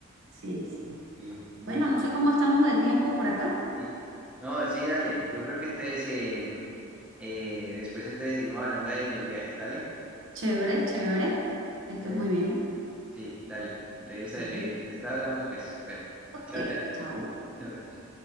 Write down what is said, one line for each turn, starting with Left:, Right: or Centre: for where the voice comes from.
Right: sí, sí.
Centre: Sí, bueno.
Right: Bueno, no sé cómo estamos de tiempo por acá.
Centre: Sí. No, sí, dale. Yo creo que entonces, eh, eh, después entonces seguimos hablando ahí de los viajes, ¿dale?
Right: Chévere, chévere. Que estés
Centre: Bueno,
Right: muy bien.
Centre: sí, dale. Entonces,
Right: Bye.
Centre: eh, después hablamos, pues. Bueno,
Right: Ok,
Centre: chao,
Right: chao.
Centre: chao. <laughs>